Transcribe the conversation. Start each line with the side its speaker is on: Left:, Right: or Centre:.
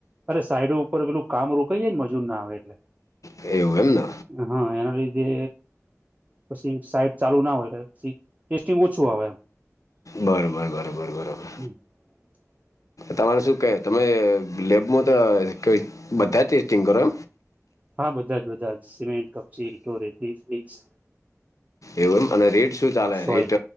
Right: અરે સાઈડ ઉપર પેલું કામ રોકાઈ જાય ને મજૂર ના આવે એટલે.
Left: એવું એમને
Right: હા એના લીધે પછી સાઈટ ચાલુ ના હોય પછી ટેસ્ટિંગ ઓછું આવે.
Left: બરોબર બરોબર બરોબર.
Right: એમ <inaudible>
Left: તમારે શું કેય તમે લેબમાં તો કય બધા ટેસ્ટિંગ કરો.
Right: હા બધા જ બધા જ. સિમેન્ટ, કપચી એકલો રેતી, ઇંટ.
Left: એવું એમ અને રેટ શું ચાલે
Right: સોય
Left: રેટ